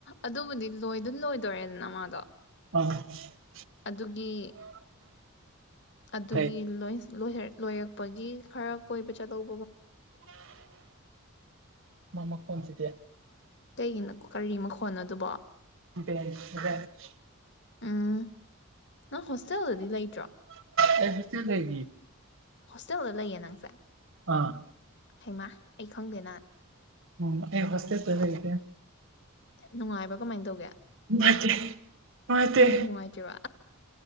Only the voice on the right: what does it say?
<unintelligible>
ꯍꯩ
ꯃꯃꯥ ꯈꯣꯟꯁꯤꯗꯤ
<unintelligible>
ꯑꯩꯇ ꯂꯩ
ꯑꯥ
ꯎ ꯑꯩ ꯐꯁꯦ ꯇ ꯂꯩꯗꯦ
ꯃꯥꯦ ꯃꯥꯦ